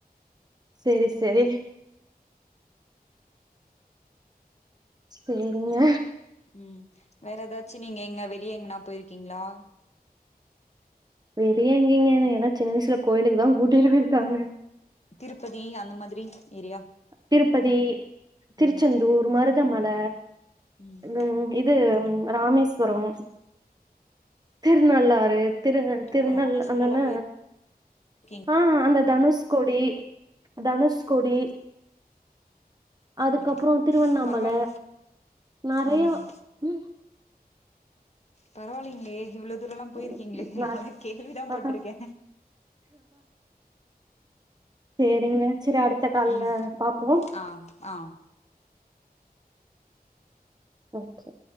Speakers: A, on the right (about 25°); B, on the left (about 45°).
A: சேரி சேரி ல்லீங்க
B: உம் வேற ஏதாச்சு நீங்க எங்க வெ எங்கனா போயிருக்கீங்களா
A: வெளிய எங்கீங்க எதா சின்ன வயிசில கோயிலுக்கு தா கூட்டிட்டு போயிருக்காங்க
B: திருப்பதி அந்த மாத் ரி ஏரியா
A: திருப்பதி திருச்செந்தூர்
B: ம்
A: மருத் மல
B: ம்
A: உம் இது உங் ராமேஸ்வரம் திருநள்ளாறு திரு திருநெல்
B: ஓ ராமேஸ்வரல்லா
A: அதென்ன
B: போயிருக்கீங்களா
A: ஆஹ அந்த தனுஷ்கோடி தனுஷ்கோடி அதுக்கப்புறோ
B: ம்
A: திருவண்ணாமல
B: பரவால்
A: நெறையா
B: ம்
A: உம்
B: பரவாயில்லைங்களே இவ்வளோ தூரலாம் போயிருக்கீங்களே
A: ம், நிறைய
B: நாலா கேள்விதா பட்டிருக்கே
A: அதான் செரிங்க செரி அடுத்த கால்ல
B: ம்
A: பாப்போம்.
B: ஆ ஆ
A: ஓகே